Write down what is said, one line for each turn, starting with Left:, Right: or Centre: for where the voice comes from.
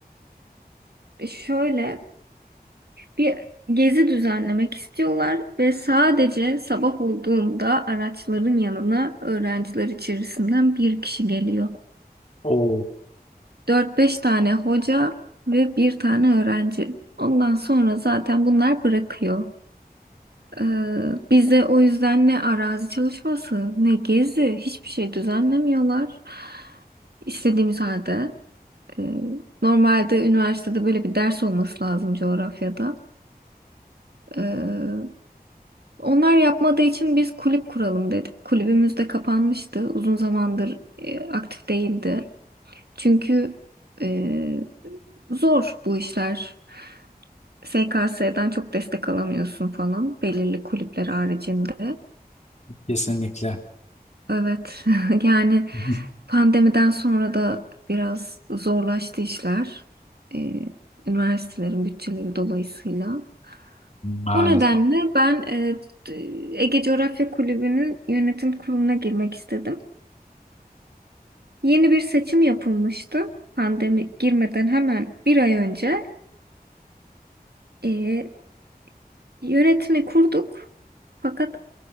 Right: e, şöyle bir gezi düzenlemek istiyorlar ve sadece sabah olduğunda araçların yanına öğrenciler içerisinden bir kişi geliyor.
Left: Oo,
Right: Dört beş tane hoca ve bir tane öğrenci. Ondan sonra zaten bunlar bırakıyor. Ee, bize o yüzden ne arazi çalışması ne gezi hiçbir şey düzenlemiyorlar. İstediğimiz halde e, normalde üniversitede böyle bir ders olması lazım coğrafyada. Ee, Onlar yapmadığı için biz kulüp kuralım dedik. Kulübümüz de kapanmıştı. Uzun zamandır e, aktif değildi. Çünkü e, zor bu işler. SKS'den çok destek alamıyorsun falan belirli kulüpler haricinde.
Left: kesinlikle.
Right: Evet <laughs> yani
Left: <laughs>
Right: pandemiden sonra da biraz zorlaştı işler. E, üniversitelerin bütçeleri dolayısıyla.
Left: Maalesef.
Right: O nedenle ben e, t- Ege Coğrafya Kulübü'nün yönetim kuruluna girmek istedim. Yeni bir seçim yapılmıştı. Pandemi girmeden hemen bir ay önce Ee, yönetimi kurduk. Fakat